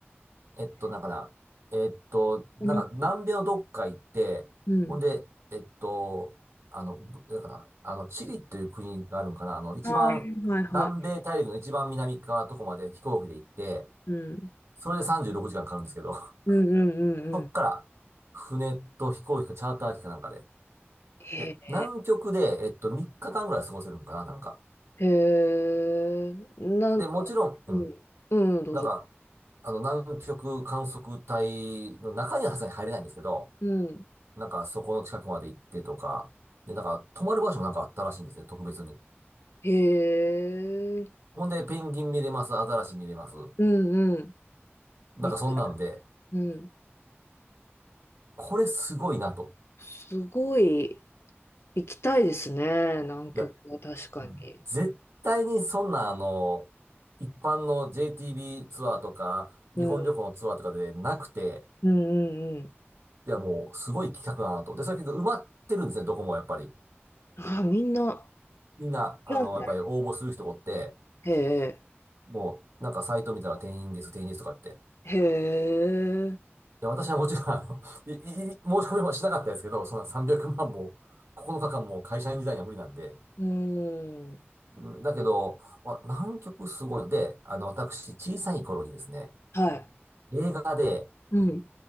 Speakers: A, on the right (about 85°); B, on the left (about 70°).
A: えっと、なんかな、えっと、なんか、
B: ん。
A: 南米のどっか行って、
B: うん。
A: ほんで、えっと、あの、ぶなんかな、あの、チリっていう国があるんかな、あの、一番、
B: ああ、はいは
A: 南米大陸の一番南側のとこまで飛行機で行って、
B: い。うん。
A: それで36時間かんかかるんですけど、
B: うんうんうんうん。
A: <laughs> そっから、船と飛行機かチャーター機かなんかで、
B: へえ、
A: で、南極で、えっと、3日間ぐらい過ごせるんかな、なんか。
B: へえ、なんか、
A: で、もちろん、
B: うん、
A: うん。
B: うん、どうぞ。
A: なんか、あの、南極観測隊の中にはさすがに入れないんですけど、
B: うん。
A: なんか、そこの近くまで行ってとか、で、なんか、泊まる場所もなんかあったらしいんですね、特別に。
B: へえ、
A: ほんで、ペンギン見れます、アザラシ見れます。
B: うんうん。
A: なんか、
B: みたい。
A: そんなんで、
B: うん。
A: これすごいなと。
B: すごい行きたいですね、南極は確かに。
A: いや、絶対にそんな、あの、一般の JTB ツアーとか、
B: うん、
A: 日本旅行のツアーとかでなくて、
B: うんうんうん。
A: いや、もう、すごい企画だなと。で、それ結構埋まってるんですね、どこもやっぱり。
B: ああ、みんな、
A: みんな、あの、
B: なんだ。
A: やっぱり応募する人がおって、
B: へえ、
A: もう、なんかサイト見たら定員です、定員ですとかって。
B: へえ、
A: いや、私はもちろん、あの、い、い、い申し込みもしなかったですけど、そんな300万も、9日間も会社員時代には無理なんで。
B: うん。
A: うんだけど、あ、南極すごいので、あの、私、小さい頃にですね、
B: はい。
A: 映画で、
B: うん。